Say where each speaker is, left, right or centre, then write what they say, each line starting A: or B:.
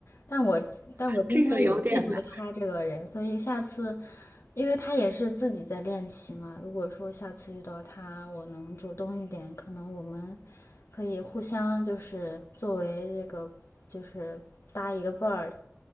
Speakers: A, on the left; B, on the right.
A: 但我但我今天有记住他这个人，
B: 这个有点难。
A: 所以下次，因为他也是自己在练习嘛。如果说下次遇到他，我能主动一点，可能我们可以互相就是作为这个就是搭一个伴儿，